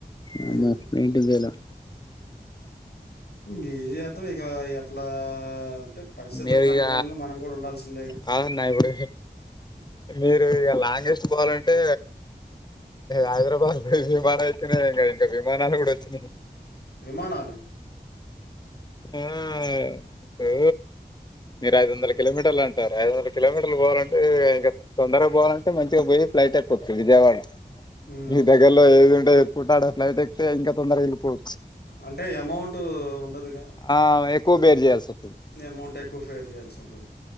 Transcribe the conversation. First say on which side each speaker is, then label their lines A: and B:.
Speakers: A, on the left; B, on the left.
A: హ్మ్.
B: వామ్మో మైంటైన్ చేయలేము
A: ఎం త్తం ఇగ ఎట్లా అంటే పరిస్థితులకు
B: మీరు
A: అనుకూలంగా
B: ఇగ
A: మనం కూడా ఉండాల్సిందేగా
B: కాదన్న ఇప్పుడు
A: హ్మ్.
B: మీరు ఇగ లాంగేస్ట్ కోవాలంటే హైదరాబాద్ విమానం అయితే ఇంకా విమానాలు కూడా వచ్చినాయి
A: విమానాలు
B: ఆ ఇప్పుడు మీరు ఐదు వందల కిలోమీటర్లు అంటారు ఐదు వందల కిలోమీటర్లు పోవాలంటే ఇగ తొందరగా పోవాలంటే మంచిగా పోయి ఫ్లైట్ ట్టేక్కోచ్చు వియజవడ
A: హ్మ్.
B: మీ దగ్గర్లో ఏది ఉంటది ఎర్పోర్ట్ ఆడ ఫ్లైట్ ఎక్తే ఇంకా తొందరగ ఎల్పోచ్చు
A: అంటే అమౌంట్ ఉండదుగా
B: అ ఎక్కువ బేరు చేయాల్స్ తది
A: అమౌంట్ ఎక్కువ ఫేర్ చేయాల్సి ఉంటది.